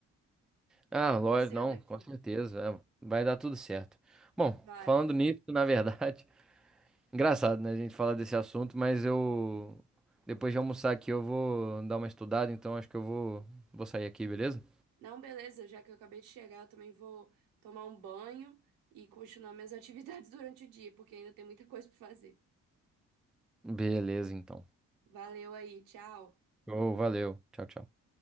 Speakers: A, in the centre; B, on the right.
A: Ah,
B: Tô torcendo
A: lógico, não,
B: aqui.
A: com certeza, é, vai dar tudo certo. Bom,
B: Vai.
A: falando nisso, na verdade, <laughs> engraçado, né, a gente falar desse assunto, mas eu depois de almoçar aqui eu vou dar uma estudada, então acho que eu vou vou sair aqui, beleza?
B: Não, beleza, já que eu acabei de chegar, eu também vou tomar um banho e continuar minhas atividades <laughs> durante o dia, porque ainda tem muita coisa pra fazer.
A: Beleza, então.
B: Valeu aí, tchau.
A: Ô, valeu. Tchau, tchau.